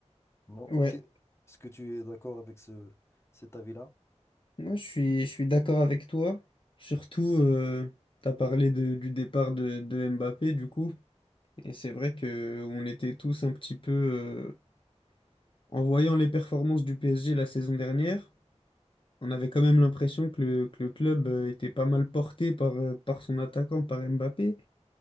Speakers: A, on the left; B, on the left.
A: Non, ok.
B: Ouais.
A: Est-ce que tu es d'accord avec ce, cet avis-là?
B: Moi, je suis, je suis d'accord avec toi. Surtout, tu as parlé de- du départ de, de Mbappé, du coup. Et c'est vrai que on était tous un petit peu... euh, en voyant les performances du PSG la saison dernière, on avait quand même l'impression que le, que le club euh, était pas mal porté par, euh, par son attaquant, par Mbappé.